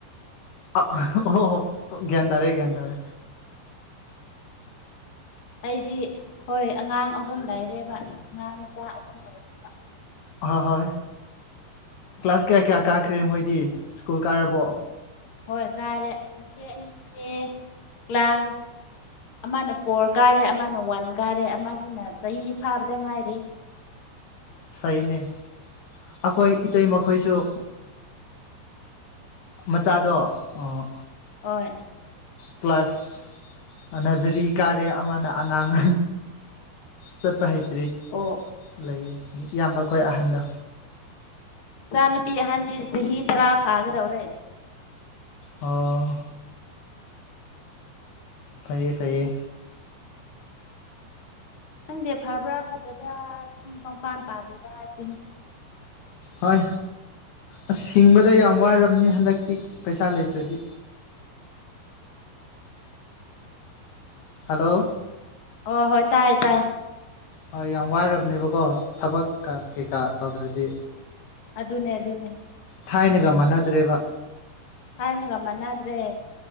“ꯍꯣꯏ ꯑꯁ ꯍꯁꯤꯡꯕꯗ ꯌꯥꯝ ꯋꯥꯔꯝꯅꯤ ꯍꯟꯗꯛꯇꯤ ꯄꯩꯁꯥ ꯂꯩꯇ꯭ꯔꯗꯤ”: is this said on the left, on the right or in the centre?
Left